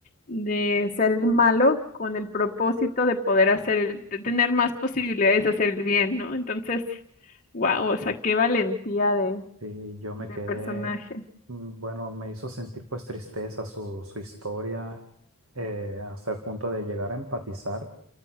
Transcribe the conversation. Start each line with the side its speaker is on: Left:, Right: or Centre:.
Left: de ser el malo con el propósito de poder hacer, el- de tener más posibilidades de hacer el bien, ¿no? Entonces, wow, o sea, qué valentía de,
Right: Sí, yo me
Left: de
Right: quedé,
Left: personaje.
Right: mm, bueno, me hizo sentir pues tristeza su, su historia eh, hasta el punto de llegar a empatizar